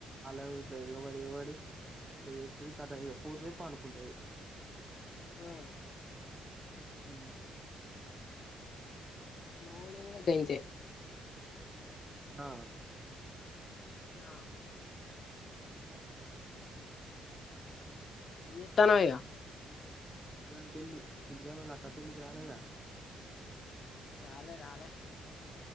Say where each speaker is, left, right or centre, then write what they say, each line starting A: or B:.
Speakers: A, on the right; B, on the left.
A: అలా ఇట్ల ఇబడి ఇబడి ఇ ఎతుది కాద ఇక పోతుదేప్ప అనుకుంటది
B: అవు
A: హ
B: మావాని కయితే
A: ఆ
B: ఆ చెతనాగా
A: ఇడిగా పేలి ఇడిగాన ఇలాకా పేలి కాల
B: రాలే రాలే